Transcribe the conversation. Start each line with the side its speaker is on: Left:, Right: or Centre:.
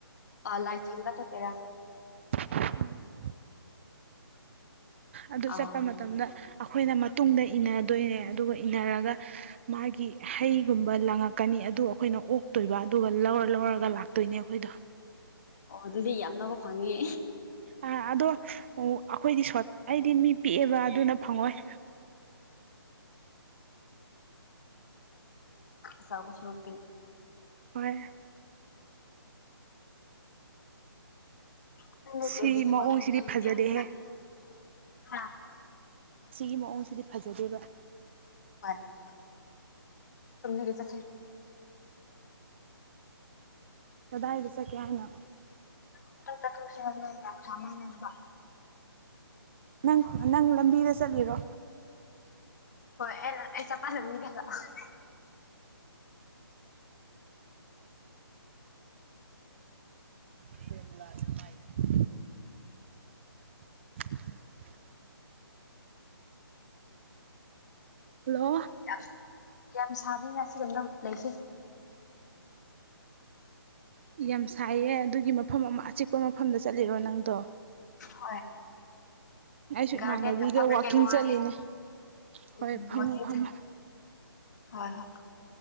Left: ꯑ ꯂꯥꯏꯆꯤꯡꯉꯒ ꯆꯠꯇꫭꯏꯔꯥ
Right: ꯎꯝ ꯑꯗꯨ
Left: ꯑꯥ
Right: ꯆꯠꯄ ꯃꯇꯝꯗ ꯑꯩꯈꯣꯏꯅ ꯃꯇꯨꯡꯗ ꯏꯟꯅꯗꯣꯏꯅꯦ ꯑꯗꯨꯒ ꯏꯟꯅꯔꯒ ꯃꯥꯒꯤ ꯍꯩꯒꯨꯝꯕ ꯂꯪꯉꯛꯀꯅꯤ ꯑꯗꯨ ꯑꯩꯈꯣꯏꯅ ꯑꯣꯛꯇꯣꯏꯕ ꯑꯗꯨꯒ ꯂꯧꯔ ꯂꯧꯔꯒ ꯂꯥꯛꯇꯣꯏꯅꯦ ꯑꯩꯈꯣꯏꯗꯣ
Left: ꯑꯣ ꯑꯗꯨꯗꯤ ꯌꯥꯝ ꯂꯧꯕ ꯐꯪꯅꯤ
Right: ꯑꯥ ꯑꯗꯣ ꯑꯩꯈꯣꯏꯗꯤ ꯁꯣꯠ ꯑꯩꯗꯤ ꯃꯤ ꯄꯤꯛꯑꯦꯕ ꯑꯗꯨꯅ ꯐꯪꯉꯣꯏ
Left: <inaudible> ꯆꯥꯎꯕ ꯁꯔꯨꯛꯇꯤ
Right: ꯍꯣꯏ
Left: ꯊ
Right: ꯁꯤ ꯃꯑꯣꯡꯁꯤꯗꯤ
Left: ꯀꯥꯟ
Right: ꯐꯖꯗꯦꯍꯦ
Left: <inaudible>
Right: ꯑꯁꯤꯒꯤ ꯃꯑꯣꯡꯁꯤꯗꯤ ꯐꯖꯗꯦꯕ
Left: ꯍꫭꯏ <inaudible>
Right: ꯀꯗꯥꯏꯗ ꯆꯠꯀꯦ ꯍꯥꯏꯅꯣ
Left: ꯈꯤꯇꯪ ꯆꯠꯊꫭꯛꯁꯤ ꯍꯥꯏꯕꯅꯤ ꯌꯥꯝ ꯁꯥꯃꯟꯕ
Right: ꯅꯪ ꯅꯪ ꯂꯝꯕꯤꯗ ꯆꯠꯂꯤꯔꯣ
Left: ꯍꯣꯏ ꯑꯩꯅ ꯑꯩ <unintelligible>
Right: <inaudible> <inaudible> ꯍꯜꯂꯣ
Left: ꯌꯥꯝ ꯌꯥꯝ ꯁꯥꯕꯅꯤ ꯉꯁꯤꯔꯣꯝꯗ ꯂꯩꯁꯤ
Right: ꯌꯥꯝ ꯁꯥꯏꯌꯦ ꯑꯗꯨꯒꯤ ꯃꯐꯝ ꯑꯃ ꯑꯆꯤꯛꯄ ꯃꯐꯝꯗ ꯆꯠꯂꯤꯔꯣ ꯅꯪꯗꯣ
Left: ꯍꯣꯏ
Right: ꯑꯩꯁꯨ ꯏꯃꯥꯟꯅꯕꯤꯒ
Left: ꯒꯥꯔꯗꯦꯟꯗ ꯐꯝ
Right: ꯋꯥꯛꯀꯤꯡ
Left: ꯂꯩꯕꯒꯤ ꯋꯥꯔꯦ
Right: ꯆꯠꯂꯤꯅꯦ ꯍꯣꯏ
Left: ꯎꯝ
Right: ꯐꯝꯃꯣ
Left: ꯋꯥꯀꯤꯡ
Right: ꯐꯝꯃꯣ
Left: ꯆꯠ ꯍꯣꯏ ꯍꯣꯏ